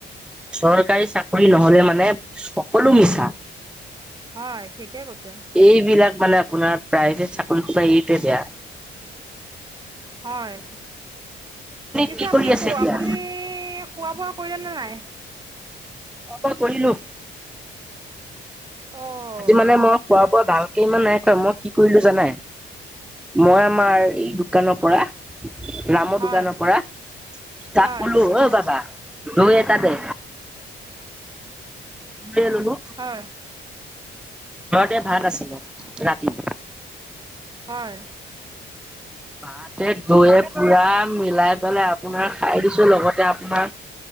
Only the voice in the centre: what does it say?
চৰকাৰী চাকৰি নহলে মানে সকলো মিছা।
এইবিলাক মানে আপোনাৰ প্ৰায়ভেট চাকৰি খোপা ইটোৱে বেয়া
কি
কৰি আছে
এতিয়া?
অ কৰিলো।
আজি মানে মই খোৱা-বোৱা ভাল এইমান নাই কৰা, মই কি কৰিলো জানাই, মই আমাৰ এই দোকানৰ পৰা ৰামৰ
দোকানৰ পৰা তাক
কলো অ বাবা দৈ এটা দে, লৈয়ে ল'লো
ঘৰতে ভাত আছিলে, ৰাতি
ভাতে দৈয়ে পুৰা মিলাই পেলাই আপোনাৰ খাই দিছো লগতে আচা